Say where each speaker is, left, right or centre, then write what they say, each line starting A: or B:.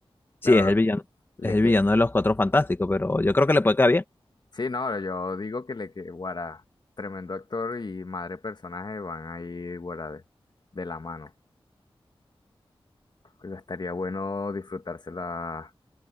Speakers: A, on the left; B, on the left.
A: Sí,
B: Claro,
A: es el villano.
B: le,
A: Es el
B: que,
A: villano de los Cuatro Fantásticos, pero yo creo que le puede quedar bien.
B: Sí, no, yo digo que le que Guara, tremendo actor y madre personaje van a ir Guara de, de la mano. Y Estaría bueno disfrutársela